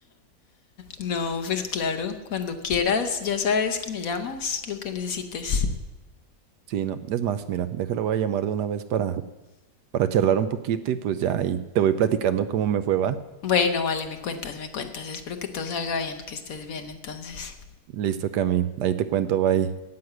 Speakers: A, on the left; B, on the right.
A: No, pues claro, cuando quieras, ya sabes que me llamas, lo que necesites.
B: Sí, no, es más, mira, déjalo, voy a llamar de una vez para, para charlar un poquito y pues ya ahí te voy platicando cómo me fue, va.
A: Bueno, vale, me cuentas, me cuentas. Espero que todo salga bien, que estés bien entonces.
B: Listo, Cami, ahí te cuento, bye.